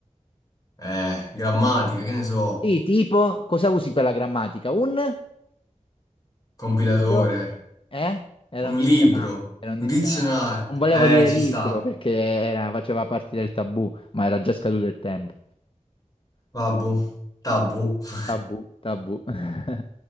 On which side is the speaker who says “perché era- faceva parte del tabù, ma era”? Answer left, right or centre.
Left